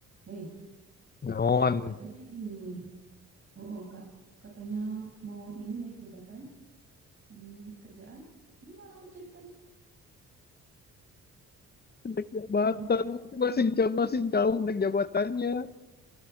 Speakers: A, on the right (about 45°); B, on the left (about 30°).
A: Hei,
B: Non.
A: katanya ini, oh, oh, Kak, katanya mau ini naik jabatan di kerjaan. Gimana tuh ceritanya?
B: naik jabatan
A: Beneran
B: itu masih jam masih jauh naik jabatannya